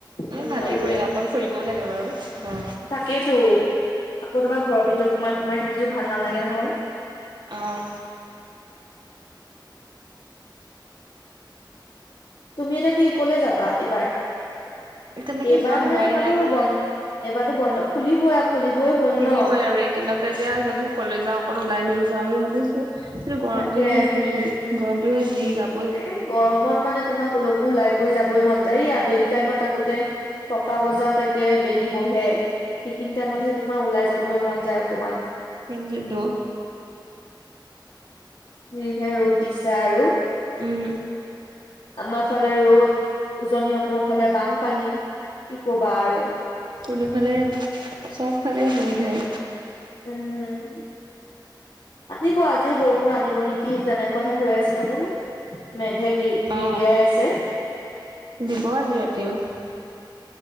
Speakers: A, on the right; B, on the left.
A: এ
B: সোনকালতে।
A: ভালে কৰিলা অকমান ফুৰিবও লাগে বাৰু, অ।
B: থাকেইতো, আকৌ তোমাৰ ঘৰৰ ভিতৰত সোমাই সোমাই থাকিও ভাল নালাগে নহয়।
A: অঁ।
B: তুমি এতিয়া কি কলে যাবা এইবাৰ,
A: তেনেকে
B: এইবাৰ
A: যোৱা
B: মানে
A: হোৱাই
B: তোমাৰো
A: নাই।
B: বন্ধ এইবাৰতো বন্ধ খুলিবই আ খুলিবই হ'ল।
A: শুলিবই
B: ন।
A: আৰু এইকেইদিনতে এতিয়া জানো কলৈ যাওঁ অক ওলাই মেলি যাওঁ বুলি ভাবিছো। কিন্তু গৰমটো
B: তাকে।
A: যি গৰমটো যি যা
B: এ গৰমত মানে তোমাক কলকো ওলাই কৰি যাবই মন যায় এই আবেলি টাইমত থাকোতে। ছটা বজাত একে বেলি বহে। সেইখিনি টাইমতহে তোমাৰ ওলাই যাবলৈ মন যায় অকণমান।
A: হেঞ্জিত্তো।
B: যি হে ৰ'দ দিছে আৰু।
A: উম।
B: আমাৰ ছোৱালীয়ে ৰ'দ উজনি অসমৰ অসমৰ ফালে বানপানী। কি ক'বা আৰু
A: কোনোফালে উম চবফালে অসুবিধাই।
B: উম। আনিব আজিও বৰষুণ আনিব নেকি যেনেকুৱাহে শু আছে দেখোন। মেঘে গিৰ্ গিৰগিৰাই
A: অ'।
B: আছে।
A: দিব আজি ৰত দিব।